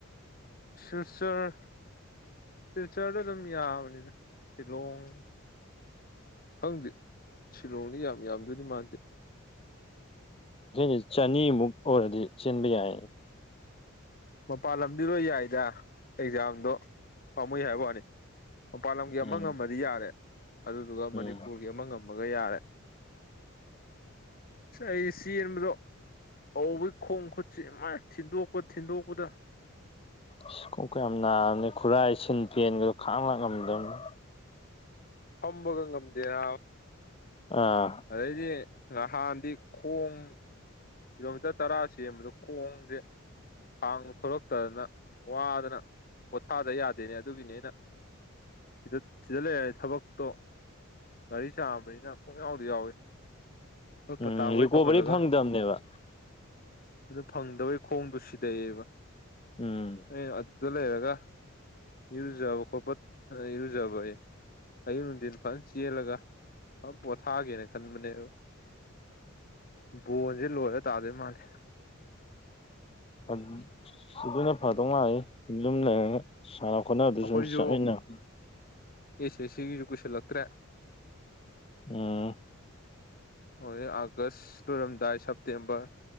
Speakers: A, on the left; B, on the left.
A: ꯁꯤꯜꯆꯔ ꯁꯤꯜꯆꯔꯗ ꯑꯗꯨꯝ ꯌꯥꯕꯅꯤꯅ ꯁꯤꯂꯣꯡ ꯍꯪꯗꯦ ꯁꯤꯂꯣꯡꯗꯤ ꯌꯥꯝ ꯌꯥꯝꯗꯣꯏꯅꯤ ꯃꯥꯟꯗꯦ
B: ꯑ ꯆꯅꯤꯃꯨꯛ ꯑꯣꯏꯔꯗꯤ ꯆꯦꯟꯕ ꯌꯥꯏ
A: ꯃꯄꯥꯟ ꯂꯝꯗꯤꯔꯣꯏ ꯌꯥꯏꯗ ꯑꯦꯛꯖꯥꯝꯗꯣ ꯄꯥꯝꯃꯨꯏ ꯍꯥꯏꯕ ꯋꯥꯅꯤ ꯃꯄꯥꯟ ꯂꯝꯒꯤ ꯑꯃ
B: ꯎꯝ
A: ꯉꯝꯃꯗꯤ ꯌꯥꯔꯦ ꯑꯗꯨꯗꯨꯒ ꯃꯅꯤꯄꯨꯔꯒꯤ
B: ꯎꯝ
A: ꯑꯃ ꯉꯝ ꯃꯒꯌꯥꯔꯦ ꯁ ꯑꯩꯗꯤ ꯆꯦꯟꯕꯗꯣ ꯍꯧꯕꯩ ꯈꯣꯡ ꯈꯨꯠꯁꯦ ꯃꯥꯥꯏ ꯊꯤꯟꯗꯣꯛꯄ ꯊꯤꯟꯗꯣꯛꯄꯗ
B: ꯏꯁ ꯀꯣꯀ ꯌꯥꯝ ꯅꯥꯕꯅꯤ ꯈꯨꯔꯥꯏ ꯁꯤꯟ ꯄꯦꯟꯒꯗꯣ ꯈꯥꯡ ꯂꯥꯛꯉꯝꯗꯕꯅꯤ
A: ꯐꯝꯕꯒ ꯉꯝꯗꯦꯔꯥ ꯅꯥꯕ
B: ꯑꯥ
A: ꯑꯗꯩꯗꯤ ꯉꯍꯥꯟꯗꯤ ꯈꯣꯡ ꯀꯤꯂꯣꯃꯤꯇꯔ ꯇꯔꯥ ꯆꯦꯟꯕꯗꯣ ꯈꯣꯡꯁꯦ ꯊꯥꯡ ꯊꯣꯛꯂꯛꯇꯗꯅ ꯋꯥꯗꯅ ꯄꯣꯊꯥꯗ ꯌꯥꯗꯦꯅꯦ ꯑꯗꯨꯒꯤꯅꯦ ꯑꯩꯅ ꯁꯤꯗ ꯁꯤꯗ ꯂꯩꯔꯦ ꯊꯕꯛꯇꯣ ꯒꯥꯔꯤ ꯆꯥꯝꯕꯅꯤꯅ ꯄꯨꯡ ꯌꯥꯎꯗꯤ ꯌꯥꯎꯋꯤ ꯍꯣꯏ
B: ꯎꯝ
A: ꯄꯇꯥ ꯍꯣꯏ
B: ꯔꯤꯀꯣꯕꯔꯤ
A: ꯇꯧꯍꯜꯂꯒ
B: ꯐꯪꯗꯕꯅꯦꯕ
A: ꯑꯗꯨ ꯐꯪꯗꯕꯩ ꯈꯣꯡꯗꯨ ꯁꯤꯗꯩꯑꯕ
B: ꯎꯝ
A: ꯑꯦ ꯑꯗꯨꯗ ꯂꯩꯔꯒ ꯏꯔꯨꯖꯕ ꯈꯣꯠꯄ ꯏꯔꯨꯖꯕ ꯑꯦ ꯑꯌꯨꯛ ꯅꯨꯡꯊꯤꯟ ꯐꯖ ꯆꯦꯜꯂꯒ ꯐꯖꯟ ꯄꯣꯊꯥꯒꯦꯅ ꯈꯟꯕꯅꯦ ꯑꯗꯨ ꯕꯣꯟꯁꯦ ꯂꯣꯏꯔ ꯇꯥꯗꯣꯏ ꯃꯥꯜꯂꯦ
B: ꯑꯗ ꯑꯗꯨꯅ ꯐꯗꯧꯃꯥꯂꯦ ꯌꯨꯝ ꯂꯩꯔꯒ ꯁꯥꯟꯅ ꯈꯣꯠꯅꯕꯗꯨꯁꯨ
A: ꯑꯩꯈꯣꯏꯁꯨ
B: ꯁꯨꯝ ꯆꯠꯃꯤꯟꯅꯕ
A: ꯑꯦꯁ ꯑꯦꯁ ꯁꯤꯒꯤꯁꯨ ꯀꯨꯢꯁꯤꯜꯂꯛꯇ꯭ꯔꯦ
B: ꯎꯝ
A: ꯍꯧꯖꯤ ꯑꯥꯒꯁ ꯂꯣꯏꯔꯝꯗꯥꯏ ꯁꯦꯞꯇꯦꯝꯕꯔ